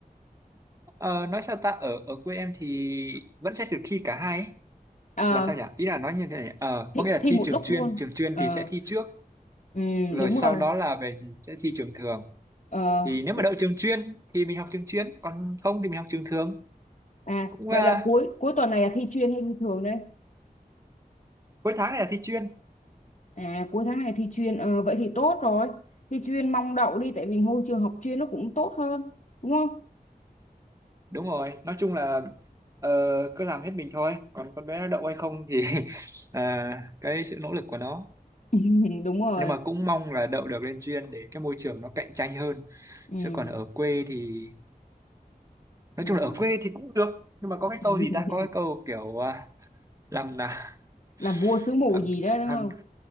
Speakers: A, on the right; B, on the left.
A: ờ, nói sao ta ở ở quê em thì vẫn sẽ được thi cả hai ấy.
B: Ờ,
A: là sao nhỉ ý là nói như thế này ờ,
B: thi,
A: có nghĩa là
B: thi
A: thi
B: một
A: trường
B: lúc
A: chuyên
B: luôn
A: trường chuyên
B: Ờ,
A: thì sẽ thi trước
B: ừ,
A: rồi
B: đúng
A: sau
B: rồi
A: đó là về sẽ thi trường thường
B: Ờ,
A: thì nếu
B: đủ-
A: mà đậu trường chuyên thì mình học trường chuyên còn không thì mình học trường thường
B: à
A: cũng
B: vậy
A: à,
B: là cuối cuối tuần này là thi chuyên hay bình thường đấy
A: cuối tháng này là thi chuyên
B: à cuối tháng này thi chuyên Ờ, vậy thì tốt rồi thi chuyên mong đậu đi tại vì môi trường học chuyên nó cũng tốt hơn đúng không
A: đúng rồi nói chung là ờ, cứ làm hết mình thôi còn con bé nó đậu hay không thì <laughs> à, cái sự nỗ lực của nó
B: <laughs> đúng rồi
A: nhưng mà cũng mong là đậu được lên chuyên để cái môi trường nó cạnh tranh hơn
B: ừ,
A: chứ còn ở quê thì nói
B: thì
A: chung là ở quê thì cũng được nhưng mà có cái
B: <laughs>
A: câu gì ta có cái câu kiểu à, làm là
B: làm vua xứ mù
A: làm
B: gì đó đúng
A: làm
B: không